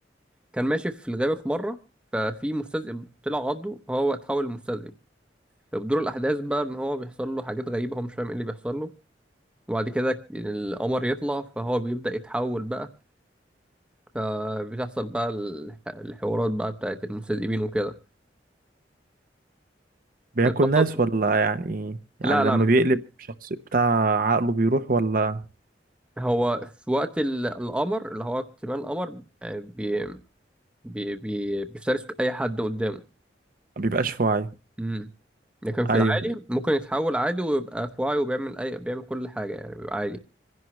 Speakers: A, in the centre; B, on the right.
A: كان ماشي في الغابة في مرة ففي مستذئب طلع عضه فهو اتحول لمستذئب فبدور الأحداث بقى إن هو بيحصل له حاجات غريبة هو مش فاهم ايه اللي بيحصل له وبعد كده القمر يطلع فهو بيبدأ يتحول بقى فبتحصل بقى الح- الحوارات بقى بتاعت المستذئبين وكده
B: بياكل
A: البطل
B: ناس ولا يعني يعني
A: لا
B: لما
A: لا مش-
B: بيقلب شخص بتاع عقله بيروح ولا
A: هو في وقت ال- القمر اللي هو اكتمال القمر آه، بي بي بي بيفترس أي حد قدامه
B: ما بيبقاش في وعيه
A: امم لكن في
B: ايوه
A: العادي ممكن يتحول عادي ويبقى في وعي وبيعمل اي بيعمل كل حاجه يعني بيبقى عادي